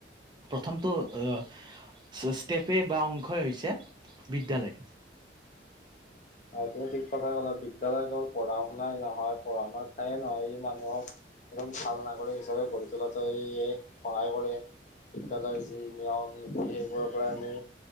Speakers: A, on the right; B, on the left.
A: প্ৰথমটো ইপ্ষ্টেই বা অংশই হৈছে বিদ্যালয়।
B: হয়, তুমি ঠিক কথাই ক'লা, বিদ্যালয় হ'ল পঢ়া শুনাই নহয়, পঢ়া শুনাৰ ঠাইয়ে নহয়, ই মানুহক একদম ভাল নাগৰিক হিচাপে, গঢ়ি তোলাতে ইয়ে, সহায় কৰে। বিদ্যালয় যি নিয়ম, নীতি সেইবোৰৰ পৰা আমি